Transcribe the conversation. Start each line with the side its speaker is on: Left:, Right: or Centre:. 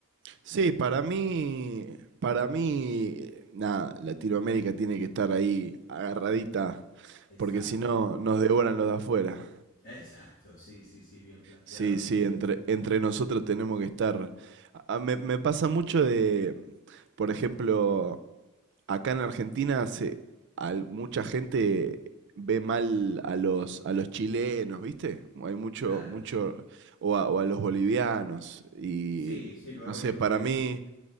Right: Sí, para mí, para mí, nada, Latinoamérica tiene que estar ahí agarradita,
Left: Exacto,
Right: porque si no nos devoran los de afuera.
Left: <laughs> exacto, sí, sí, sí, bien planteado.
Right: Sí, sí, entre, entre nosotros tenemos que estar. A- a- me, me pasa mucho de, por ejemplo, acá en Argentina se, al- mucha gente ve mal a los, a los chilenos, ¿viste? Hay mucho,
Left: Claro,
Right: mucho, o a, o a los bolivianos, y
Left: sí, sí, lo he
Right: no
Left: oído.
Right: sé, para
Left: Es,
Right: mí...